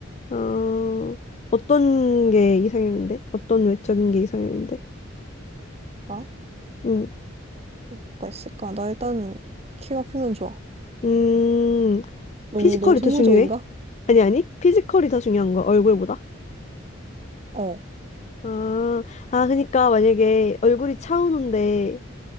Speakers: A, on the left; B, on the right.
A: 아, 어떤 게 이상형인데? 어떤 외적인 게 이상형인데?
B: 나?
A: 음,
B: 뭐가 있을까? 나 일단 키가 크면 좋아.
A: 음,
B: 너무
A: 피지컬이
B: 너무 속물적인가?
A: 더 중요해? 아니, 아니, 피지컬이 더 중요한 거야, 얼굴보다.
B: 어.
A: 아, 아, 그러니까 만약에 얼굴이 차은우인데